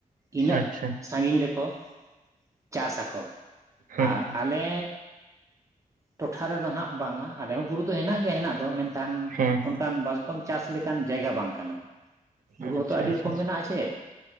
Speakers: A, on the right; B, on the right.
A: ᱤᱱᱟᱹᱜ
B: ᱟᱪᱪᱷᱟ
A: ᱥᱟᱜᱤᱧ ᱨᱮᱠᱚ ᱪᱟᱥ ᱟᱠᱚ
B: ᱦᱩᱸ
A: ᱟᱨ ᱟᱞᱮᱻ ᱴᱚᱴᱷᱟ ᱨᱮᱫᱚ ᱱᱟᱸᱜ ᱵᱟᱝᱟ ᱟᱞᱮ ᱦᱚᱸ ᱵᱩᱨᱩ ᱫᱚ ᱦᱮᱱᱟᱜ ᱜᱮᱭᱟ ᱦᱮᱱᱟᱜ ᱫᱚ ᱢᱮᱱᱠᱷᱟᱱ ᱠᱷᱟᱱ
B: ᱦᱩᱸ
A: ᱚᱱᱠᱟᱱ ᱵᱟᱥ ᱠᱚᱢ ᱪᱟᱥ ᱞᱮᱠᱟᱱ ᱡᱟᱭᱜᱟ ᱵᱟᱝ ᱠᱟᱱᱟ᱾
B: ᱦᱩᱸ
A: ᱵᱩᱨᱩ
B: ᱟᱪᱪᱷᱟ
A: ᱦᱚᱸ ᱛᱚ ᱟᱹᱰᱤ
B: ᱟᱪᱪᱷᱟ
A: ᱨᱚᱠᱚᱢ ᱢᱮᱱᱟᱜ-ᱟ ᱪᱮ᱾